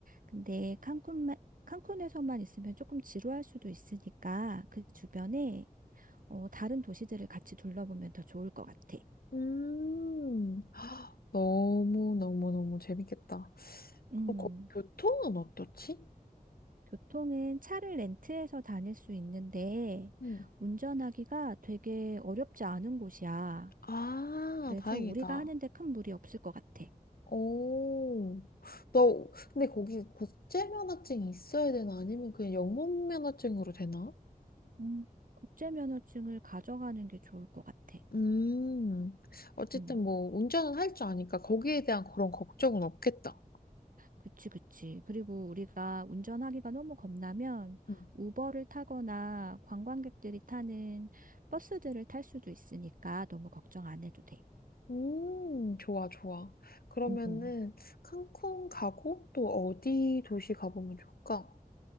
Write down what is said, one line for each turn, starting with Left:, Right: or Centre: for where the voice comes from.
Right: 근데 칸쿤만 칸쿤에서만 있으면 조금 지루할 수도 있으니까 그 주변에 어, 다른 도시들을 같이 둘러보면 더 좋을 것 같아.
Left: 음, 너무너무너무 재밌겠다.
Right: 음.
Left: 그리고 교통은 어떻지?
Right: 교통은 차를 렌트해서 다닐 수 있는데
Left: 응.
Right: 운전하기가 되게 어렵지 않은 곳이야.
Left: 아,
Right: 그래서
Left: 다행이다.
Right: 우리가 하는데 큰 무리 없을 것 같아.
Left: 오, 너, 근데 거기 국제면허증이 있어야 되나? 아니면 그냥 영문면허증으로 되나?
Right: 음, 국제 면허증을 가져가는 게 좋을 것 같아.
Left: 음, 어쨌든
Right: 음,
Left: 뭐 운전은 할 줄 아니까 거기에 대한 그런 걱정은 없겠다.
Right: 그치, 그치. 그리고 우리가 운전하기가 너무 겁나면
Left: 음.
Right: 우버를 타거나 관광객들이 타는 버스들을 탈 수도 있으니까 너무 걱정 안 해도 돼.
Left: 음, 좋아, 좋아. 그러면은
Right: 음, 음.
Left: 칸쿤 가고 또 어디 도시 가보면 좋을까?